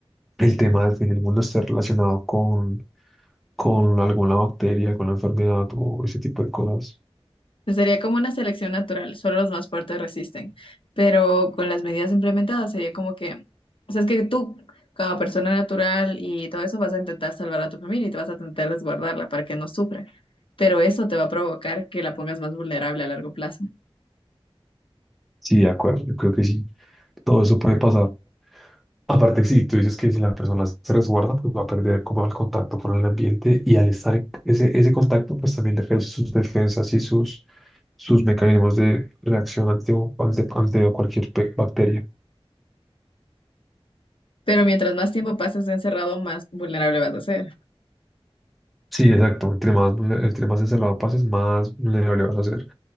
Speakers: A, in the centre; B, on the left.
A: el tema del fin del mundo esté relacionado con, con alguna bacteria, con la enfermedad o ese tipo de cosas.
B: Sería como una selección natural, solo los más fuertes resisten, pero con las medidas implementadas sería como que, o sea, es que tú, como persona natural y todo eso, vas a intentar salvar a tu familia y te vas a intentar resguardarla para que no sufra, pero eso te va a provocar que la pongas más vulnerable a largo plazo.
A: Sí, de acuerdo, yo creo que sí. Todo eso puede pasar. Aparte, si tú dices que si la persona se resguarda, pues va a perder como el contacto con el ambiente y al estar en ese, ese contacto, pues también le reduce sus defensas y sus, sus mecanismos de reacción ante, un- ante, ante cualquier pe- bacteria.
B: Pero mientras más tiempo pases encerrado, más vulnerable vas a ser.
A: Sí, exacto. Entre más, vulne- entre más encerrado pases, más vulnerable vas a ser.